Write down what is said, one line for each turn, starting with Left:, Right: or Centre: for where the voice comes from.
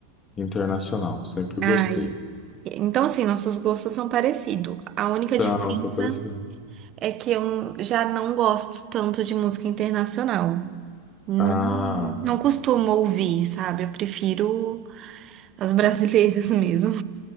Left: internacional. Sempre gostei.
Right: Ai, então assim, nossos gostos são parecidos. A única diferença
Left: Não, só apareceu.
Right: É que eu já não gosto tanto de música internacional. Não,
Left: Ah,
Right: não costumo ouvir, sabe? Eu prefiro as brasileiras <laughs> mesmo.